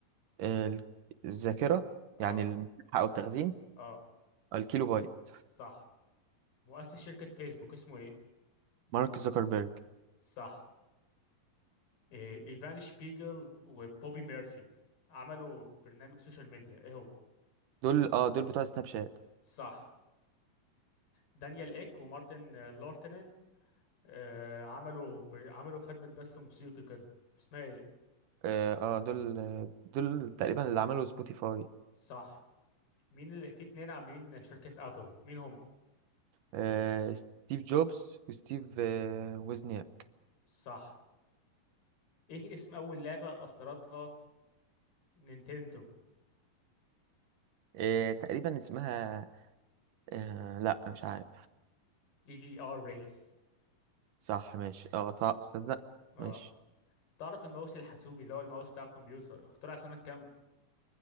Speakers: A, on the right (about 70°); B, on the left (about 85°).
A: آه ال- الذاكرة
B: اه
A: يعني المساحة او التخزين
B: اه
A: آه، الكيلو بايت
B: صح مؤسس شركة فيسبوك اسمه ايه
A: مارك زوكربيرج
B: صح. إيه، ايفان شبيجل وبوبي ميرفي عملوا برنامج سوشيال ميديا ايه هو
A: دول اه دول بتوع سناب شات
B: صح دانيال ايك ومارتن آه، لورتنن آه، عملوا بر- عملوا خدمة بث موسيقي كده اسمها ايه
A: اه آه، دول آه، دول تقريبا اللي عملوا سبوتيفاي
B: صح مين اللي في اتنين عاملين شركة ابل مين هم
A: آه ستيف جوبز وستيف آه وزنياك
B: صح ايه اسم اول لعبة اصدرتها نينتندو
A: آه تقريبا اسمها آه لا مش عارف
B: اي في ار ريس
A: صح ماشي اه طه صدق
B: اه
A: ماشي
B: تعرف الماوس الحاسوبي اللي هو الماوس بتاع الكمبيوتر اخترع سنة كام